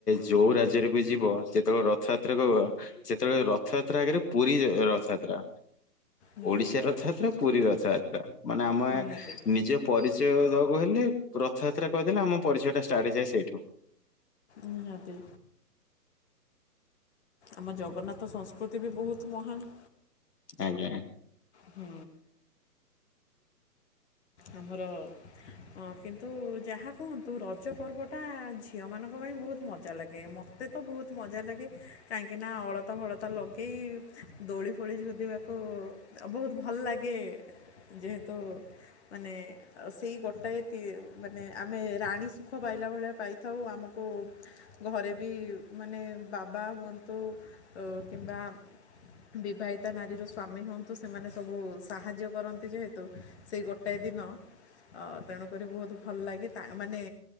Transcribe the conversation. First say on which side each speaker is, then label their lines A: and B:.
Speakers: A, on the left (about 75°); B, on the left (about 45°).
A: ଯୋଉ ରାଜ୍ୟରେ ବି ଯିବ ଯେତେବେଳେ ରଥଯାତ୍ରା କହିବ ସେତେବେଳେ ରଥଯାତ୍ରା ଆଗେରେ ପୁରୀ ଜା ରଥଯାତ୍ରା।
B: ନିହାତି
A: ଓଡିଶା
B: ଭାବରେ
A: ରଥଯାତ୍ରା ପୁରୀ ରଥଯାତ୍ରା ମାନେ ଆମେ
B: ନିହାତି।
A: ନିଜ ପରିଚୟ ଦବାକୁ ହେଲେ ରଥଯାତ୍ରା କହିଦେଲେ ଆମ ପରିଚୟ ଟା ଷ୍ଟାର୍ଟ ହେଇଯାଏ ସେଇଠୁ।
B: ନିହାତି। ଆମ ଜଗନ୍ନାଥ ସଂସ୍କୃତି ବି ବହୁତ ମହାନ୍।
A: ଆଜ୍ଞା।
B: ହୁଁ। ଆମର ହଁ କିନ୍ତୁ ଯାହା କୁହନ୍ତୁ ରଜ ପର୍ବଟା ଝିଅମାନଙ୍କ ପାଇଁ ବହୁତ ମଜା ଲାଗେ ମୋ ମୋତେ ତ ବହୁତ ମଜା ଲାଗେ କାହିଁକିନା ଅଳତା ମଳତା ଲଗେଇ ଦୋଳି ଫୋଳି ଝୁଲିବାକୁ ଆ ବହୁତ ଭଲ ଲାଗେ ଯେହେତୁ ମାନେ ଅ ସେଇ ଗୋଟାଏ ତି ମାନେ ଆମେ ରାଣୀ ସୁଖ ପାଇଲା ଭଳିଆ ପାଇଥାଉ ଆମ କୁ ଘରେ ବି ମାନେ ବାବା ହୁଅନ୍ତୁ ଅ କିମ୍ବା ବିବାହିତା ନାରୀର ସ୍ୱାମୀ ହୁଅନ୍ତୁ ସେମାନେ ସବୁ ସାହାଯ୍ୟ କରନ୍ତି ଯେହେତୁ ସେଇ ଗୋ ଟାଏ ଦିନ ଅ ତେଣୁ କରି ବହୁତ ଭଲ ଲାଗେ ତା ମାନେ